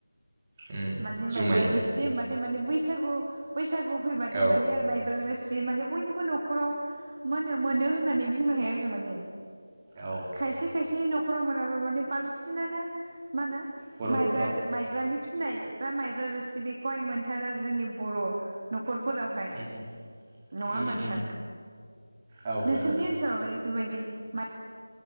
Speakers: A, on the right; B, on the right.
A: उम
B: माने माइब्रा
A: जुमाया
B: रोसि होनोमबाथाय माने बैसागु-बैसागु फैबाथाय
A: औ
B: माने माइब्रा रोसि माने बयनिबो नखराव मा होनो मोनो होननानै बुंनो हायो आरो जों माने
A: औ
B: खायसे खायसे नख नखराव मोनाबा माने बांसिनानो। मा होनो
A: बर'
B: माइब्रा
A: न'खराव
B: माइब्रानि फिसिनाय बा माइब्रा रोसि बेखौहाय मोनथार आरो जोंनि बर' नखर फोरावहाय।
A: उम
B: नङा होमबा
A: उम
B: नोंथां
A: उम औ
B: नोंसोरनि
A: नंगौ
B: ओनसोलावलाय? बेफोरबायदि माइ